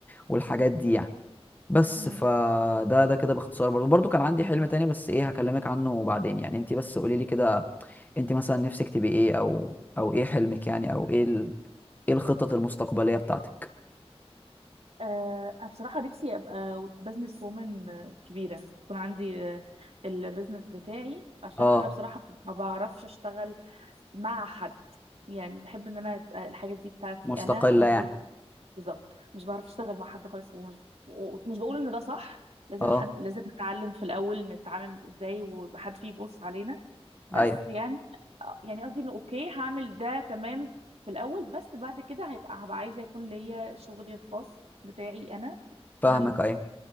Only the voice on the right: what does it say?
مم.
آه، انا بصراحه نفسي ابقى بزنس وومن كبيره يكون عندي آه، البزنس بتاعي عشان
انا بصراحه ما بعرفش اشتغل مع حد يعني بحب ان انا تبقى الحاجه دي بتاعتي
انا انا
اللي- بالظبط مش بعرف اشتغل مع حد خالص ومش, ومش بقول ان ده صح لازم
حد لازم نتعلم في الاول نتعامل ازاي ويبقى حد فيه يبص علينا بس
يعني آه، يعني قصدي انه اوكي هعمل ده تمام في الاول بس بعد كده هيبقى هبقى عايزه يكون ليا شغلي الخاص بتاعي انا
انا اللي